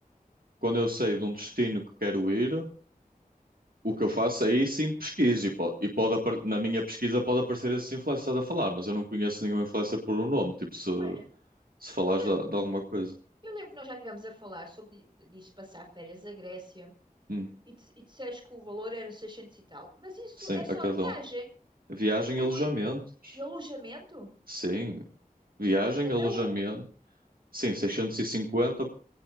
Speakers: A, on the right; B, on the right.
A: quando eu sei de um destino que quero ir, o que eu faço é aí sim pesquiso e pode, e pode apar- na minha pesquisa pode aparecer esses influencers que estás a falar, mas eu não conheço nenhum influencer por um nome. Tipo, se,
B: Olha,
A: Se falares
B: eu lembro,
A: de, de alguma coisa.
B: eu lembro que nós já estivemos a falar sobre di- disso passar férias à Grécia
A: Hum,
B: e, dis- e disseste que o valor era 600 e tal. Mas isso
A: sim,
B: é só
A: a cada
B: a viagem.
A: um. Viagem
B: Inclui
A: e alojamentos.
B: e alojamento
A: Sim. Viagem,
B: a cada
A: alojamento.
B: um.
A: Sim,
B: Sim.
A: 650